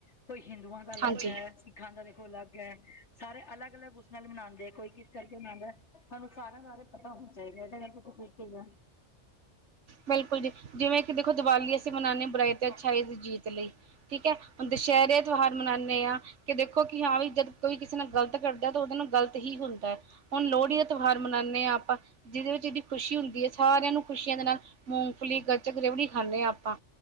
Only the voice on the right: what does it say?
ਹਾਂਜੀ।
ਬਿਲਕੁਲ ਜੀ ਜਿਵੇਂ ਕਿ ਦੇਖੋ ਦੀਵਾਲੀ ਅਸੀਂ ਮਨਾਉਦੇ ਹ ਬੁਰਾਈ ਅੱਛਾਈ ਜੀਤ ਲਈ ਠੀਕ ਹੈ ਹੁਣ ਦੁਸਹਿਰੇ ਤੁਹਾਰ ਮਨਾਉਂਦੇ ਹਾਂ ਕਿ ਦੇਖੋ ਕਿ ਹਾਂ ਵੀ ਜਦ ਕੋਈ ਕਿਸੇ ਨਾਲ ਗ਼ਲਤ ਕਰਦਾ ਤਾਂ ਉਹਦੇ ਨੂੰ ਗ਼ਲਤ ਹੀ ਹੁੰਦਾ। ਹੁਣ ਲੋਹੜੀ ਦਾ ਤਿਉਹਾਰ ਮਨਾਉਂਦੇ ਹਾਂ ਆਪਾਂ ਜਿਹਦੇ ਵਿੱਚ ਇਹਦੀ ਖੁਸ਼ੀ ਹੁੰਦੀ ਹੈ ਸਾਰਿਆਂ ਨੂੰ ਖੁਸ਼ੀਆਂ ਦੇ ਨਾਲ ਮੂੰਗਫਲੀ ਗੱਚਕ ਰੇਵੜੀ ਖਾਂਦੇ ਹਾਂ ਆਪਾਂ